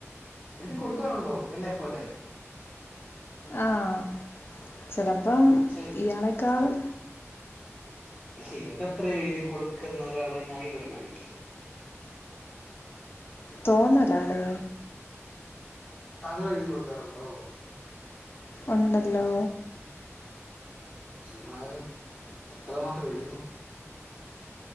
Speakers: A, on the left; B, on the left.
A: എഴ്തി കൊട്ക്കാറുണ്ടോ എന്നെപ്പോലെ
B: ആഹ് ചെലപ്പം
A: ശെരി
B: ഇയാളെക്കാളും
A: എന്റെ അത്ര എഴ്തി കൊട്ക്ക്ന്ന ഒരാളെ ഞാനിത് വരെ കണ്ടിട്ടില്ല
B: തോന്നലാടേ
A: താങ്കൾ എഴ്തി കൊട്ക്കാറുണ്ടോ
B: ഒണ്ടല്ലോ
A: എന്നാലും എത്രമാത്രം എഴ്തും